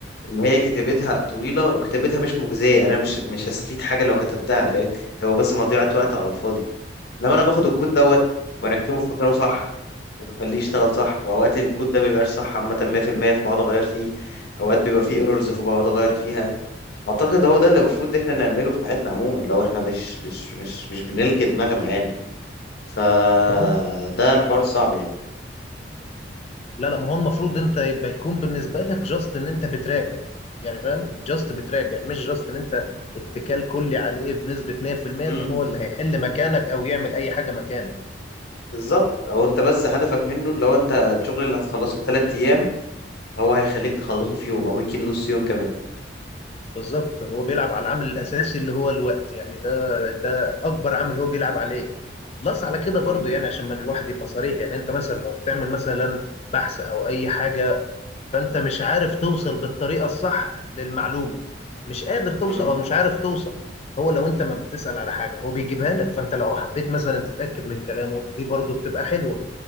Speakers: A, on the left; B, on the left.
A: اللي هي كتابتها طويله وكتابتها مش مجزيه انا مش مش هستفيد حاجه لو كتبتها فاهم هو بس مضيعه وقت على الفاضي لما انا باخد الكود دوت وبركبه في مكانه صح وبخليه يشتغل صح واوقات الكود ده بيبقاش صح عامه 100% فبقعد اغير فيه اوقات بيبقى فيه ايرورز فبقعد اغير فيها اعتقد هو ده اللي المفروض احنا نعمله في حياتنا عموما لو احنا مش مش مش مش بنلغي دماغنا يعني فده
B: ما هو
A: الحوار الصعب يعني
B: لا لا ما هو المفروض انت يبقى يكون بالنسبه لك جاست ان انت بتراجع يعني فاهم جاست بتراجع مش جاست ان انت اتكال كلي عليه بنسبه 100%
A: امم
B: ان هو اللي هيحل مكانك او يعمل اي حاجه مكانك
A: بالظبط او انت بس هدفك منه لو انت الشغل اللي هتخلصه في ثلاث ايام هو هيخليك تخلصه في يوم او يمكن نص يوم كمان
B: بالظبط هو بيلعب على العامل الاساسي اللي هو الوقت يعني ده ده اكبر عامل هو بيلعب عليه بلس على كده برضو
A: امم
B: يعني عشان ما الواحد يبقى صريح يعني انت مثلا لو بتعمل مثلا بحث او اي حاجه فانت مش عارف توصل بالطريقه الصح للمعلومه مش قادر توصل
A: امم
B: او مش عارف توصل هو لو انت ما بتسال على حاجه هو بيجيبها لك فانت لو حبيت مثلا تتاكد من كلامه دي برضو بتبقى حلوه